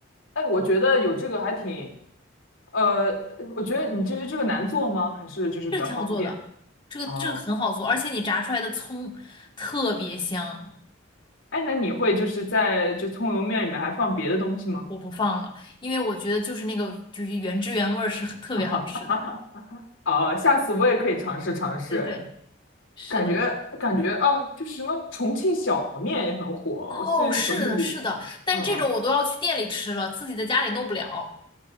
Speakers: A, on the left; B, on the left.
A: 哎，我觉得有这个还挺，呃，我觉得你觉得这个难做吗？还是就是比较方便？
B: 这个挺好做的，这个这个很好做，
A: 哦，
B: 而且你炸出来的葱特别香，
A: 哎，那你会就是在就葱油面里面还放别的东西吗？
B: 我不放了，因为我觉得就是那个就是原汁原味儿是很特别好吃的。
A: <laughs> 啊，下次我也可以尝试尝试。
B: 对对，
A: 哎
B: 是的，
A: 感觉感觉啊，就是什么重庆小面也很火，
B: 哦，
A: 我是重庆旅。
B: 是的，是的，但这种我都要去店里吃了，
A: 嗯嗯，
B: 自己在家里弄不了，